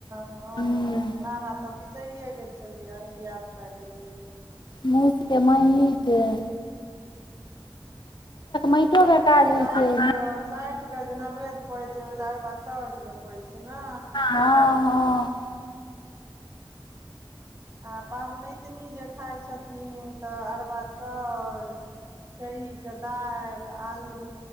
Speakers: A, on the right (about 35°); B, on the left (about 60°).
A: हँ,
B: हूँ
A: लाबा तऽ बिसरिेये गेल छलियै अहीं याद पारि देलियै।
B: मुसके <unintelligible>
A: अच्छा।
B: माइटोके काज
A: आ साठिके,
B: होइ छै एहिमे
A: साठिके जे नवेद्य पड़ैत छैय, ओहि ल अरवा चाउर दिय परय छैय ने।
B: हँ हँ
A: आ पाबनैतिनी जे खाइ छथिन तऽ अरबा चौर खेरहीके दालि, आलू